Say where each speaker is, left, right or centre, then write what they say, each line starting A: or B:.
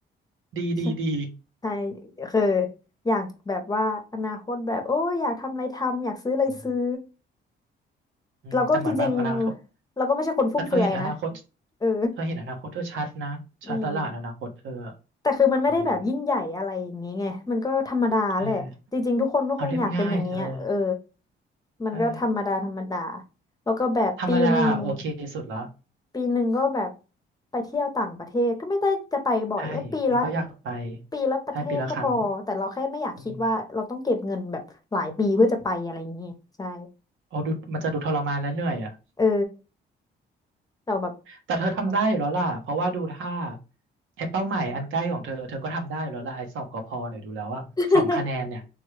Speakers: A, on the right; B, on the left.
A: ดีดีดี
B: ใช่ใช่คืออยากแบบว่าอนาคตแบบโอ้ยอยากทำอะไรทำอยากซื้ออะไรซื้อ
A: อืมอืมแต่เหมือนแบบอนาคต
B: เราก็จริงๆเราก็ไม่ใช่คนฟุ่มเฟือยนะ
A: แต่เธอเห็นอนาคต
B: เออ
A: เธอเห็นอนาคตเธอชัดนะชัดตลาดอนาคตเธอ
B: อืม แต่คือมันไม่ได้แบบยิ่งใหญ่อะไรอย่างนี้ไงมันก็ธรรมดาแหละ
A: อืมเออ
B: จริงๆทุกคนก็คงอยากเป็นอย่างนี้อะเออ
A: เอาเรียบง่ายเธอ
B: มันก็ธรรมดาธรรมดา
A: ใช่
B: แล้วก็แบบปีหนึ่ง
A: ธรรมดาโอเคสุดละ
B: ปีหนึ่งก็แบบไปเที่ยวต่างประเทศก็ไม่ได้จะไปบ่อยก็ปีละ
A: ใช่มันก็อยากไป
B: ปีละประเทศก็พอแต่เราแค่ไม่อยากคิดว่าเราต้องเก็บเงินแบบหลายปีเพื่อจะไปอะไรอย่างนี้ใช่
A: ใช่ปีละครั้งอืมเอาดูมันจะดูทรมานและเหนื่อยอ่ะ
B: เออแต่แบบ
A: แต่เธอทำได้อยู่แล้วล่ะเพราะว่าดูท่าไอ้เป้าหมายอันใกล้ของเธอเธอก็ทำได้อยู่แล้วล่ะไอ้สอบกพเนี่ยดูแล้วว่าสองคะแนนเนี่ย
B: <laughs>